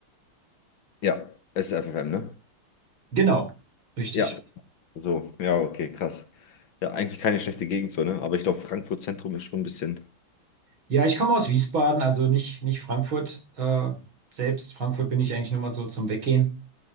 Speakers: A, on the left; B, on the right.
A: Ja, es ist FFM, ne?
B: Genau, richtig.
A: Ja. So, ja, okay, krass. Ja, eigentlich keine schlechte Gegend so, ne? Aber ich glaube, Frankfurt Zentrum ist schon ein bisschen
B: Ja, ich komme aus Wiesbaden, also nicht, nicht Frankfurt. Äh, selbst Frankfurt bin ich eigentlich nur mal so zum Weggehen